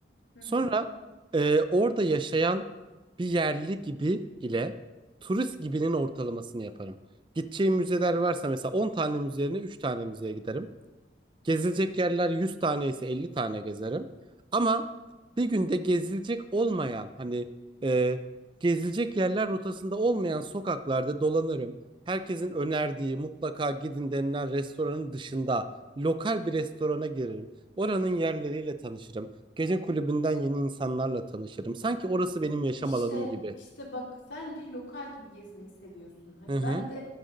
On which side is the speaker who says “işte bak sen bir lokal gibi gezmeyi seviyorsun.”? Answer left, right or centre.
Left